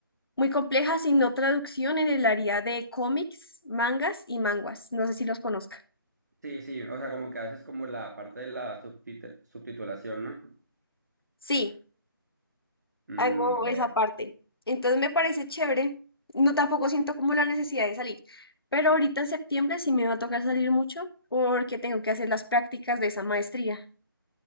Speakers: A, on the left; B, on the right.
A: muy complejas, sino traducción en el área de cómics, mangas y manguas. No sé si los conozca.
B: Sí, sí, o sea, como que haces como la parte de la subtit- subtitulación, ¿no?
A: Sí,
B: Mm,
A: hago
B: vaya,
A: esa parte. Entonces me parece chévere. No tampoco siento como la necesidad de salir. Pero ahorita en septiembre sí me va a tocar salir mucho porque tengo que hacer las prácticas de esa maestría.